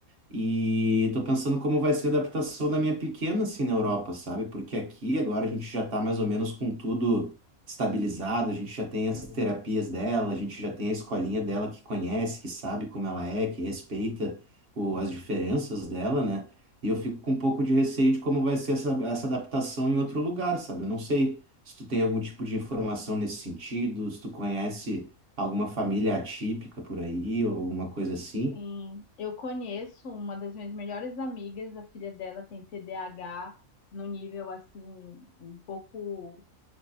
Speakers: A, on the right (about 50°); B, on the left (about 65°).
A: E tô pensando como vai ser a adaptação da minha pequena, assim, na Europa, sabe? Porque aqui agora a gente já tá mais ou menos com tudo estabilizado, a gente já tem as terapias dela, a gente já tem a escolinha dela que conhece, que sabe como ela é, que respeita o, as diferenças dela, né? E eu fico com um pouco de receio de como vai ser essa, essa adaptação em outro lugar, sabe? Eu não sei se tu tem algum tipo de informação nesse sentido, se tu conhece alguma família atípica por aí ou alguma coisa assim.
B: Sim, eu conheço uma das minhas melhores amigas, a filha dela tem TDAH no nível assim um pouco